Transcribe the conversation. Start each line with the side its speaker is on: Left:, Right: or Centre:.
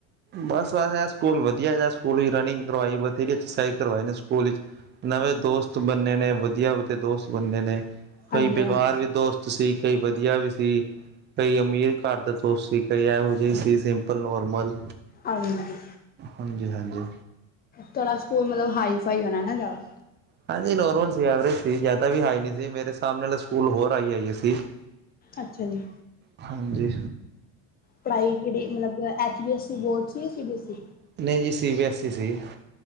Right: ਬਸ ਇਹ ਸਕੂਲ ਵੱਧੀਆ ਹੈਗਾ, ਇਹ ਸਕੂਲ ਰਨਿੰਗ ਕਰਵਾਈ ਬਥੇਰੀ ਐਕਸਰਸਾਈਜ ਕਰਵਾਈ ਨੇ ਸਕੂਲ ਚ। ਨਵੇਂ ਦੋਸਤ ਬੰਨੇ ਨੇ ਵੱਧੀਆ-ਵੱਧੀਆ ਦੋਸਤ ਬੰਨੇ ਨੇ ਕਈ
Left: ਹਾਂਜੀ
Right: ਬੇਕਾਰ
Left: ਹਾਂਜੀ
Right: ਵੀ ਦੋਸਤ ਤੁਸੀਂ ਕਈ ਵਧੀਆ ਵੀ ਸੀ। ਕਈ ਅਮੀਰ ਘਰ ਦੇ ਦੋਸਤ ਸੀ ਕਈ ਇਹ ਜਿਵੇ ਸੀ ਸਿੰਪਲ ਨੋਰਮਲ
Left: ਹਾਂਜੀ।
Right: ਹਾਂਜੀ- ਹਾਂਜੀ।
Left: ਤੁਹਾਡਾ ਸਕੂਲ ਮਤਲਬ ਹਾਈ ਫਾਈ ਹੋਣਾ ਨਾ ਜਿਆਦਾ।
Right: ਹਾਂਜੀ ਨੋਰਮਲ ਸੀ ਐਵਰੇਜ ਸੀ ਜ਼ਿਆਦਾ ਵੀ ਹਾਈ ਨਹੀਂ ਸੀ ਮੇਰੇ ਸਾਹਮਣੇ ਨਾਲ ਸਕੂਲ ਹੋਰ ਹਾਈ ਆਈਏ ਸੀ।
Left: ਅੱਛਾ ਜੀ।
Right: ਹਾਂਜੀ।
Left: ਪੜ੍ਹਾਈ ਜਿਹੜੀ ਮਤਲਬ ਐਚ ਬੀ ਐੱਸ ਬੋਰਡ ਸੀ ਸੀ ਬੀ ਐ ਈ।
Right: ਨਹੀਂ ਜੀ ਸੀ ਬੀ ਐੱਸ ਈ ਸੀ।